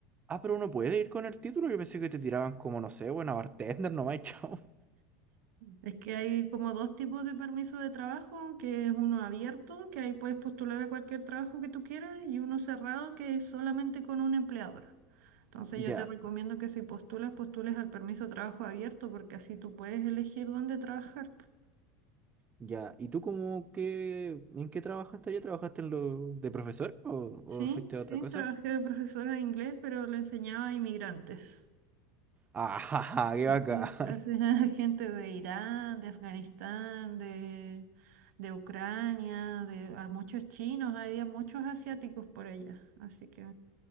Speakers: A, on the right; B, on the right.
A: Ah, pero uno puede ir con el título. Yo pensé que te tiraban como, no sé, buena bartender nomás, y chao.
B: Es que hay como dos tipos de permiso de trabajo, que es uno abierto, que ahí puedes postular a cualquier trabajo que tú quieras, y uno cerrado, que es solamente con un empleador. Entonces
A: Ya,
B: yo te recomiendo que si postulas, postules al permiso de trabajo abierto, porque así tú puedes elegir dónde trabajar.
A: ya. ¿Y tú cómo qué? en qué trabajaste allá? ¿Trabajaste en lo de profesor o,
B: Sí,
A: o fuiste
B: sí,
A: a otra cosa?
B: trabajé de profesora de inglés, pero le enseñaba a inmigrantes.
A: ¡Ah, <laughs> qué bacán!
B: Sí, clase, <laughs> gente de Irán, de Afganistán, de, de Ucrania, de a muchos chinos, había muchos asiáticos por allá, así que